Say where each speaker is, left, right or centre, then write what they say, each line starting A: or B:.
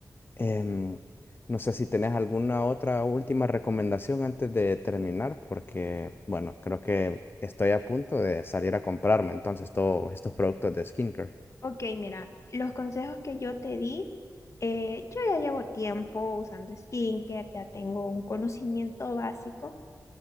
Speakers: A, on the left; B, on the left.
A: Em, no sé si tenés alguna otra última recomendación antes de terminar, porque, bueno, creo que estoy a punto de salir a comprarme entonces todos estos productos de skincare.
B: Ok, mira, los consejos que yo te di, eh, yo ya llevo tiempo usando skincare, ya tengo un conocimiento básico.